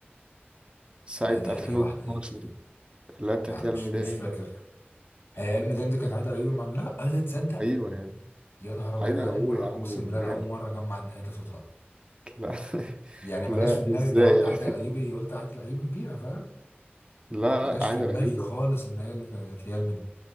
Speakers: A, on the right; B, on the left.
A: ساعة
B: دي دي
A: 2012
B: أنا هي واحدة دي
A: لا بتاعت
B: لا أنا
A: يا
B: مش
A: الميدان
B: مش فاكر هي علم دندي كانت عايدة الأيوبي مع لا عايزة تصدق
A: أيوة يعني
B: يا نهار أبيض
A: عايدة
B: أنا
A: الأيوبي
B: أول مرة
A: يا عم
B: أقسم
A: وهي-
B: بالله أنا أول مرة أجمع إن هي ده صوتها
A: لا <laughs>
B: يعني
A: لا
B: ما جاش في دماغي
A: إزاي
B: إن أنا قلت
A: يعني
B: عايدة الأيوبي قلت عايدة الأيوبي كبيرة فاهم
A: لا لا،
B: ما جاش
A: عايدة
B: في دماغي
A: الأيوبي
B: خالص
A: يا ابني.
B: إن هي اللي في في علم